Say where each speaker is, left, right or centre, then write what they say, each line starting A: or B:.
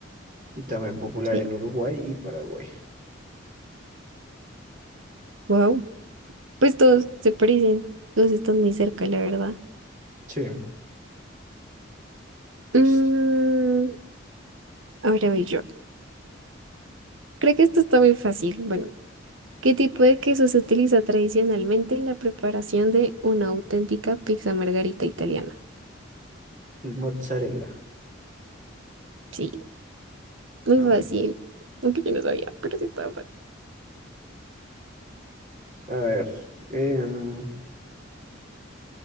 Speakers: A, on the right (about 40°); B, on the right (about 80°).
A: Y también popular
B: sí.
A: en Uruguay y Paraguay.
B: Wow. Pues todos se parecen, todos están muy cerca, la verdad.
A: Sí, listo.
B: Mm, ahora voy yo. Creo que esto está muy fácil. Bueno, ¿qué tipo de queso se utiliza tradicionalmente en la preparación de una auténtica pizza margarita italiana?
A: El mozzarella.
B: Sí, muy
A: Ah, bueno.
B: fácil. Aunque yo no sabía, pero sí estaba fácil.
A: A ver. em,